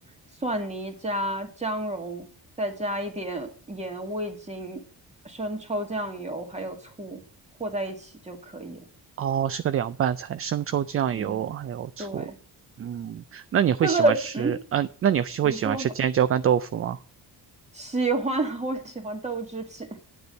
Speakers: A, on the right; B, on the right.
A: 蒜泥加姜蓉，再加一点盐、味精、生抽、酱油，还有醋和在一起就可以了。
B: 哦，是个凉拌菜，生抽、酱油还有醋。
A: 嗯，对，
B: 嗯，那你会喜欢吃？
A: 这个，嗯，
B: 嗯、那你会喜欢吃尖椒干豆腐吗？
A: 你说吧。喜欢，<laughs> 我喜欢豆制品。